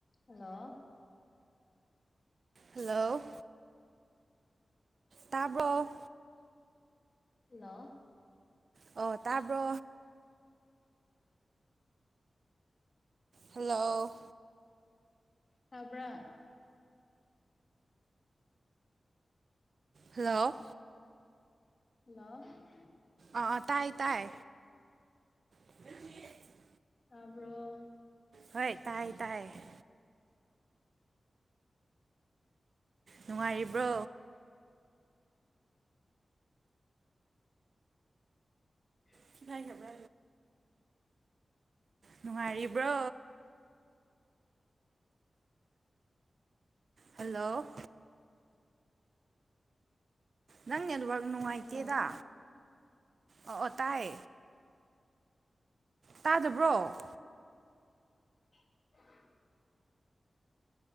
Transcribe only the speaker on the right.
hello ꯇꯥꯕꯥꯔ
ꯑꯣ ꯇꯥꯕ꯭ꯔꯣ ꯍꯜꯂꯣ
ꯍꯜꯂꯣ
ꯑ ꯇꯥꯏ ꯇꯥꯏ ꯐꯜꯦ
ꯍꯣꯏ ꯇꯥꯏ ꯇꯥꯏꯌꯦ ꯅꯨꯡꯉꯥꯏꯔꯤꯕ꯭ꯔꯣ
ꯅꯨꯡꯉꯥꯏꯈꯕ꯭ꯔꯥ ꯅꯨꯡꯉꯥꯏꯔꯤꯕ꯭ꯔꯣ ꯍꯂꯣ ꯅꯪ ꯅꯠꯋꯥꯛ ꯅꯨꯡꯉꯥꯏꯇꯦꯗ
ꯑꯣ ꯑꯣ ꯇꯥꯏ ꯇꯥꯗꯕ꯭ꯔꯣ